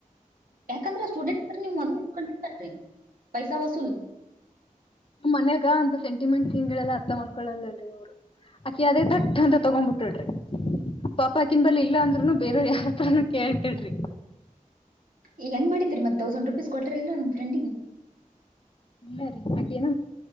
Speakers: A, on the right (about 75°); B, on the left (about 40°).
A: ಯಾಕಂದ್ರ ಸ್ಟೂಡೆಂಟ್ ನೀವ್ ಮೊದ್ಲು ಇಸ್ಕೊಂಡಿರಿ ಪೈಸ ವಸೂಲ್
B: ನಮ್ಮ್ ಮನ್ಯಾಗ ಅಂತ ಸೆಂಟಿಮೆಂಟ್ ಸೀನ್ ಗಳು ಎಲ್ಲಾ ಅರ್ಥ ಮಾಡ್ಕೊಳೋಲ್ಲರೀ ಅವ್ರು ಆಕಿ ಅದೇ ತಟ್ಟ ಅಂತ ತಗೊಬಿಟ್ಟಲ್ರಿ ಪಾಪ ಅಕಿನ್ ಬಳಿ ಇಲ್ಲ ಅಂದ್ರುನು ಬೇರವ್ ಯಾರ್ತ್ರಾನೂ ಕೇಳ್ತಿದ್ರಿ
A: ಈಗ ಹೆಂಗ್ ಮಾಡಿದ್ರಿ ಮತ್ತ್ ತೌಸಂಡ್ ರುಪೀಸ್ ಕೊಟ್ಟಿರಿ ಇಲ್ಲ ನಮ್ ಫ್ರೆಂಡಿಗೆ.
B: ಇಲ್ಲ ರೀ ಹಾಗೇನ